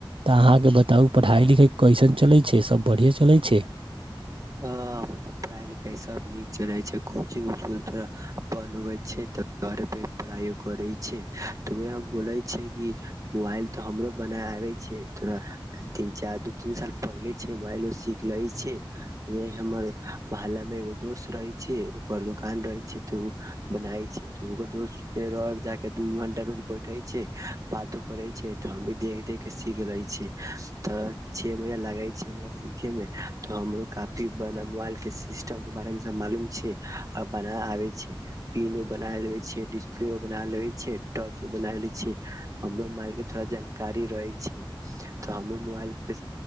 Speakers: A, on the right; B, on the right.
A: तऽ अहाँके बताउ पढ़ाइ लिखाइ कैसन चलै छै सभ बढ़िआँ चलै छै।
B: ह पढ़ाई लिखाई सब नीक चले छै कोचिंग उचंग थोड़ा बनबे छै त घर पे पढ़ाइयो करे। छै तऽ उ हम बोलै छिय कि। मोबाइल तो हमरो बना आबे छै तो तीन चार दू तीन साल पहिले छै मोबाइलो सीख ले छै। हमर मोहल्ला मे एगो दोस्त रहे छै ओकर दुकान रहे छै त ओ बनाय छै ओहि दोस्त लग जा क दू घंटा रोज बैठे छै बातो करे छै त हम देख देख के सीख ले छ त छे महीना लागे छै हमरा सीखे मे त हमरो काफी ब मोबाइल के सिस्टम के बारे मे सब मालूम छै आ बना आबे छै। पिनो बना लेबे छियै डिस्प्लेओ बना लेबे छियै टॉर्चो बना ले छियै हमरो मोबाइल के थोड़ा जानकारी रहे छै तऽ हममे मोबाइल के